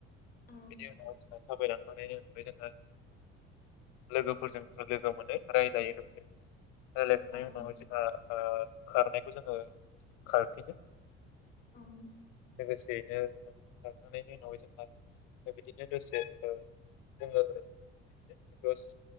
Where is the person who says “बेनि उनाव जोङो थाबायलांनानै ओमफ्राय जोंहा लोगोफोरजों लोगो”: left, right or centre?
Left